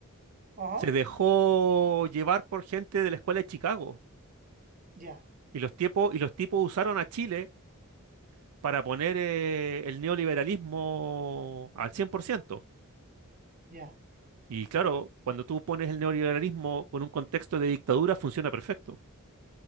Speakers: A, on the right (about 40°); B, on the right (about 75°).
A: Ajá.
B: se dejó llevar por gente de la escuela de Chicago.
A: Ya,
B: Y los tipos, y los tipos usaron a Chile para poner eh, el neoliberalismo al 100%.
A: ya,
B: Y claro, cuando tú pones el neoliberalismo con un contexto de dictadura, funciona perfecto.